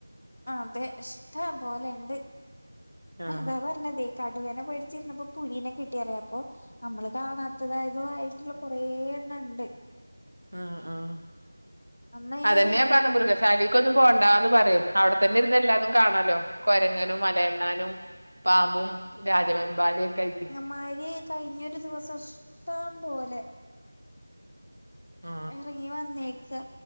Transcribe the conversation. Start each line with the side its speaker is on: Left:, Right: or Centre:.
Left: ആഹ് അതെ ഇഷ്ടാ പോലെണ്ട്
Right: ആ
Left: അതാ പറഞ്ഞതെ കടുവേനെ പേടിച്ചിരുന്നപ്പോ പുലീനെ കിട്ടിയെനെപ്പൊ നമ്മള് കാണാത്തതായതുയിട്ടുള്ള കൊറേ എണ്ണണ്ട്
Right: ഉം ഉം
Left: അന്നയിനെ
Right: അതെന്നെ
Left: വേനൽ
Right: പറണെ മൃഗ ശാലയും കൊന്നും പോണ്ടാന്ന് പറയ് അവിടെത്തന്നെ ഇരുന്ന എല്ലാതും കാണല്ലോ കൊരങ്ങനും മലയെണ്ണാനും പാമ്പും രാജവെമ്പാലയക്കായിട്ട്
Left: മാര് കഴിഞ്ഞൊരു ദിവസം ഇഷ്ടം പോലെ
Right: ആ
Left: ഇറങ്ങി വന്നേക്കുവ